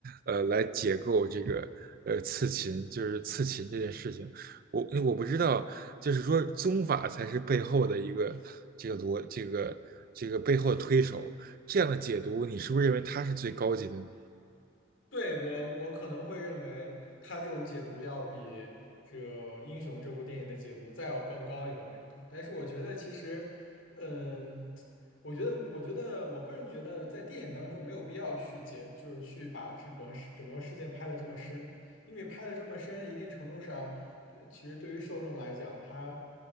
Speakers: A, on the right; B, on the left.
A: 呃，来解构这个呃刺秦，就是刺秦这件事情。我我不知道，就是说宗法才是背后的一个这个逻这个这个背后的推手，这样的解读，你是不是认为它是最高级的呢？
B: 对我我可能会认为他这种解读要比这个《英雄》这部电影的解读再要更高一个维度，但是我觉得其实，嗯。我觉得，我觉得，我个人觉得，在电影当中没有必要去解，就是去把这个事整个事件拍得这么深，因为拍的这么深，一定程度上，对，其实对于受众来讲，他